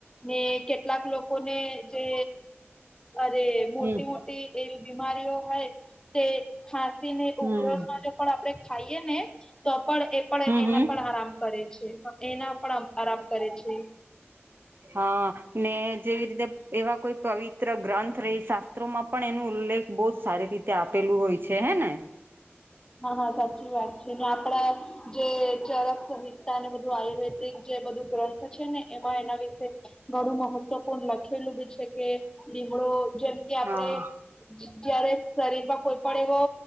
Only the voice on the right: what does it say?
હમ
હમ
હમ
હમ
હા ને જેવી રીતે એવા કોઈ પવિત્ર ગ્રંથ રહી શાસ્ત્રોમાં પણ એનો ઉલ્લેખ બહુ જ સારી રીતે આપેલું હોય છે, હે ને
હા